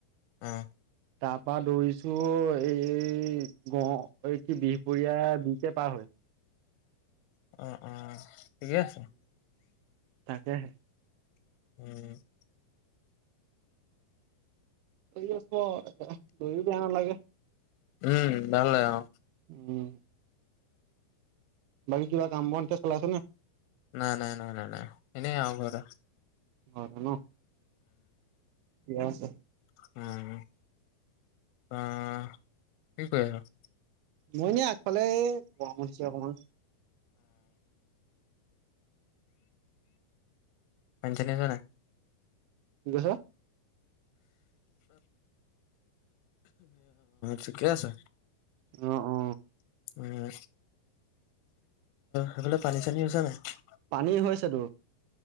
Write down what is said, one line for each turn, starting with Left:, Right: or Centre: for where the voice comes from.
Left: উম।
Right: তাৰপৰা দৌৰিছো, এই গহ এই কি বিহপুৰীয়া এ বিহপুৰীয়া পাৰ হৈ।
Left: উম, উম, ঠিকে আছে।
Right: তাকেহে।
Left: <inaudible>
Right: দৌৰি আছ, দৌৰি বেয়া নালাগে।
Left: উম, ভাল লাগে অ'।
Right: উম। বাকী কিবা কাম বন এতিয়া চলাইছ নে।
Left: নাই-নাই-নাই-নাই-নাই, এনেই ঘৰত
Right: ঘ ন' <unintelligible> <unintelligible>
Left: উম, অ', কি কৰি আছ
Right: মইনে আগফালে গৰম উঠছ অকমান
Left: পঞ্চ নিিশ ন
Right: গহ
Left: ঠিকে আছে
Right: অ অ
Left: উ আৰু সেইফালে পানী চানী হৈছে নাই
Right: পানী হৈছে তোৰ।